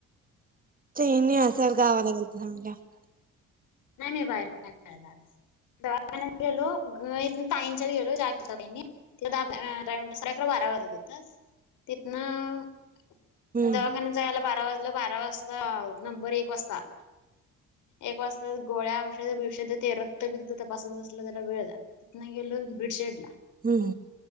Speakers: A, on the right; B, on the left.
A: चैनी असेल गावाला गेलतसा म्हणल्यावर?
B: नाही मी बाहेर काय खायला आज. दवाखान्यात गेलो घरी येताना ताईंच्यात गेलो चहा केलता त्यांनी दहा मिनट साडे अकरा बारा वाजले तिथंच. तिथनं
A: हम्म
B: दवाखान्यात जायला बारा वाजल. बारा वाजता नंबर एक वाजता आला. एक वाज तर गोळ्या औषध-बीवशद ते रक्त-बिक्त तपासात बसलं कण वेळ जातो तिथन गेल बिडशेडला.
A: हम्म